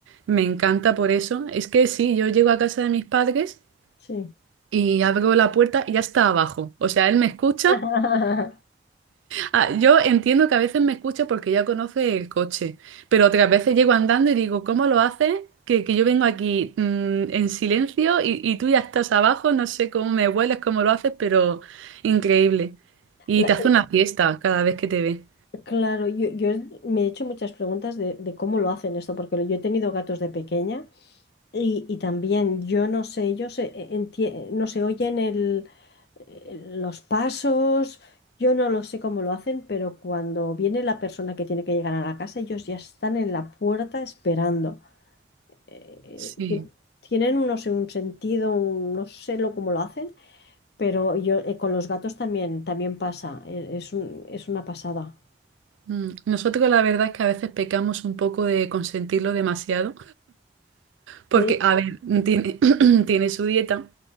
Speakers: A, on the right; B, on the left.
A: me encanta por eso. Es que sí, yo llego a casa de mis padres
B: sí.
A: y abro la puerta y ya está abajo. O sea, él me escucha
B: <laughs>
A: Ah, yo entiendo que a veces me escucha porque ya conoce el coche, pero otras veces llego andando y digo, ¿cómo lo haces? Que, que yo vengo aquí mm, en silencio y, y tú ya estás abajo, no sé cómo me vuelas, cómo lo haces, pero increíble. Y
B: La-
A: te hace una fiesta cada vez que te ve.
B: claro, yo, yo me he hecho muchas preguntas de, de cómo lo hacen esto, porque yo he tenido gatos de pequeña y, y también yo no sé, ellos eh, entie- no se oyen el, el- los pasos, yo no lo sé cómo lo hacen, pero cuando viene la persona que tiene que llegar a la casa, ellos ya están en la puerta esperando. eh,
A: Sí.
B: tien- tienen, no sé, un sentido, un- no sé lo, cómo lo hacen, pero yo eh, con los gatos también, también pasa, e- es un- es una pasada.
A: Mm, Nosotros la verdad es que a veces pecamos un poco de consentirlo demasiado, porque,
B: Sí,
A: a ver, tiene, <clears throat> tiene su dieta.